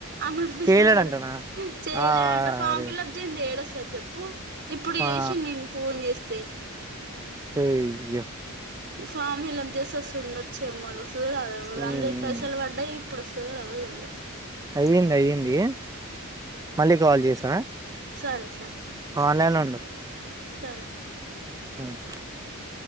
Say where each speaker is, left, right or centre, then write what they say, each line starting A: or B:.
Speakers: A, on the right; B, on the right.
A: అమ్మడి పిల్లవాడు
B: చేయలేడంటనా
A: చేయలేడుంట
B: ఆ
A: ఫామ్
B: అరే
A: ఫిల్ప్ చేంది తేడ సార్ చెప్పు ఇప్పుడు చేసి
B: ఆ
A: నేను ఫోన్ చేస్తే
B: సేయా
A: ఫామి హలప్ చేసి వస్తుండొచ్చేమ్మలు వస్తుందిద
B: ఉమ్,
A: అందరికి పైసలు
B: ఉమ్.
A: పడ్డాయి ఇప్పుడు వ సరు అవు తెల్వ
B: అయ్యింది అయ్యింది మళ్ళీ కాల్ చేసావా
A: సరే సరే
B: ఆన్లైన్ ఉండు
A: సరే
B: ఉ